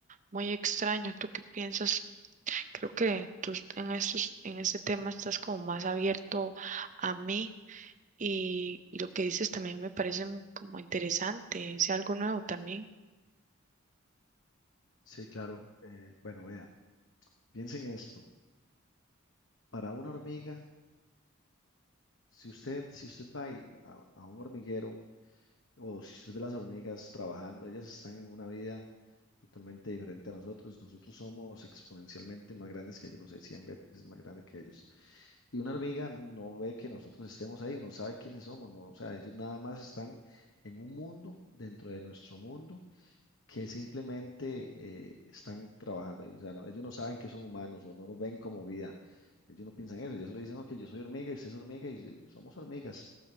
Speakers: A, on the right; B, on the left.
A: muy extraño. ¿Tú qué piensas? Creo que tú en estos, en este tema estás como más abierto a mí. y, y lo que dices también me parece mu- como interesante, es algo nuevo también.
B: Sí, claro. eh, bueno, vean, piensen esto. Para una hormiga, si usted, si usted va y a, a un hormiguero, O si usted ve las hormigas trabajando, ellas están en una vida totalmente diferente a nosotros. Nosotros somos exponencialmente más grandes que ellos, no sé, 100 veces más grandes que ellos. Y una hormiga no ve que nosotros estemos ahí, no sabe quiénes somos, no, o sea, ellos nada más están en un mundo dentro de nuestro mundo que simplemente eh, están trabajando. ahí. O sea, no- ellos no saben que son humanos o no nos ven como vida. Ellos no piensan eso, ellos solo dicen, ok, yo soy hormiga y usted es hormiga y somos hormigas.